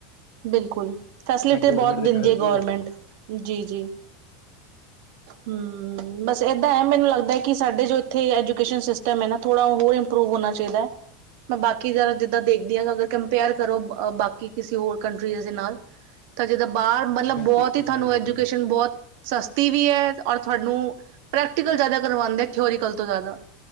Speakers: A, on the right; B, on the left.
A: ਬਿਲਕੁਲ ਫੈਸਿਲਿਟੀ
B: ਇਹ ਗੌਰਮੈਂਟ
A: ਬਹੁਤ
B: ਦੇ
A: ਦਿੰਦੀ
B: ਫਾਇਦੇ
A: ਹੈ
B: ਵੀ
A: ਗਰਮੈਂਟ।
B: ਹੋ ਜਾਂਦੇ ਨੇ
A: ਜੀ-ਜੀ। ਹੂੰ। ਬਸ ਏਦਾਂ ਐ, ਮੈਨੂੰ ਲੱਗਦਾ ਏ ਕਿ ਸਾਡੇ ਜੋ ਇੱਥੇ ਐਜੂਕੇਸ਼ਨ ਸਿਸਟਮ ਐ ਨਾ ਥੋੜ੍ਹਾ ਹੋਰ ਇੰਪਰੂਵ ਹੋਣਾ ਚਾਹੀਦਾ ਐ। ਮੈਂ ਬਾਕੀ ਜਿੱਦਾਂ ਦੇਖਦੀ ਆ ਅਗਰ ਕੰਪੇਅਰ ਕਰੋ ਅ ਬਾਕੀ ਕਿਸੀ ਹੋਰ ਕੰਟਰੀਜ਼ ਦੇ ਨਾਲ। ਤਾਂ ਜਿੱਦਾਂ ਬਾਹਰ ਮਤਲਬ
B: ਵੈਸੇ
A: ਬੋਅਤ ਈ ਤੁਹਾਨੂੰ
B: ਹਾਂਜੀ
A: ਐਜੂਕੇਸ਼ਨ
B: ਹਾਂਜੀ
A: ਬੋਤ ਸਸ ਟੀ ਵੀ ਐ ਔਰ ਤੁਹਾਨੂੰ ਪ੍ਰੈਕਟੀਕਲ ਜ਼ਿਆਦਾ ਕਰਵਾਂਦੇ ਐ ਥਿਓਰੀਕਲ ਤੋਂ ਜ਼ਿਆਦਾ।